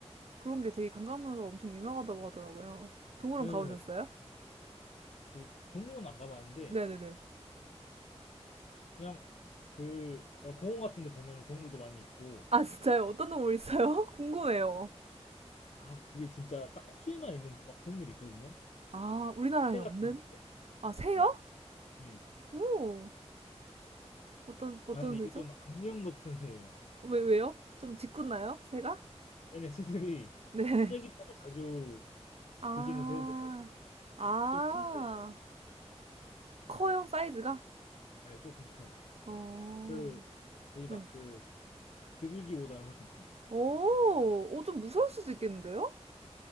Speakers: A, on the right; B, on the left.
A: 그런 게 되게 관광명소가 엄청 유명하다고 하더라고요. 동물원
B: 예,
A: 가보셨어요?
B: 맞아요. 저 동물원 안 가봤는데
A: 네네네.
B: 그냥 그 뭐랄까 공원 같은 데 보면은 동물도 많이 있고
A: 아, 진짜요? 어떤 동물 있어요? <laughs> 궁금해요.
B: 아 그게 진짜 딱 호주에만 있는 막 동물이 있거든요.
A: 아, 우리나라엔
B: 새
A: 없는?
B: 같은 건데.
A: 아, 새요?
B: 예, 예.
A: 오, 어떤, 어떤
B: 아 근데
A: 새죠?
B: 이게 좀 악명 높은 새예요.
A: 왜, 왜요? 좀 짓궂나요? 새가?
B: 얘네 새들이
A: 네.
B: 쓰레기통을 자주
A: 아,
B: 뒤지는 새들이어가지고
A: 아,
B: 좀 큰데
A: 커요, 사이즈가?
B: 네, 조금 커요.
A: 어,
B: 그 저희 막
A: 네.
B: 그 비둘기보다는 훨씬 커요.
A: 오, 오, 좀 무서울 수도 있겠는데요?